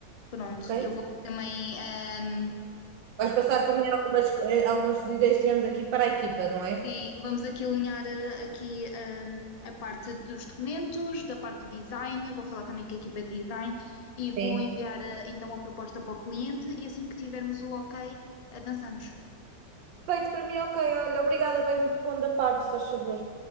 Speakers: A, on the left; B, on the right.
A: Pronto,
B: ok?
A: eu vou também. ahm,
B: Vais passar também algumas, co- eh, algumas ideias que tivemos aqui para a equipa, não é?
A: sim, vamos aqui alinhar eh, aqui ahm, a parte dos documentos, da parte do design. Vou falar também com a equipa de design e vou
B: Sim.
A: enviar eh, então a proposta para o cliente. E assim que tivermos o ok, avançamos.
B: Perfeito, para mim ok. Olha, obrigada. Vai-me pondo a par, se faz favor.